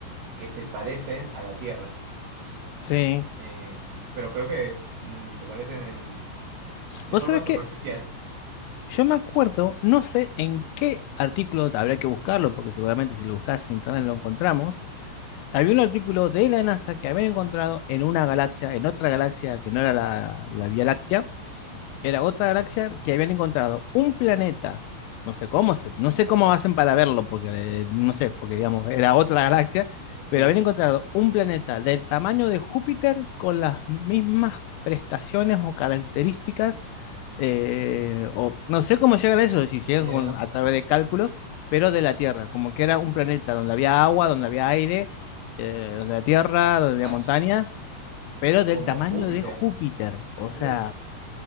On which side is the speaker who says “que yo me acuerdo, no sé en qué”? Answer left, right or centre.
Left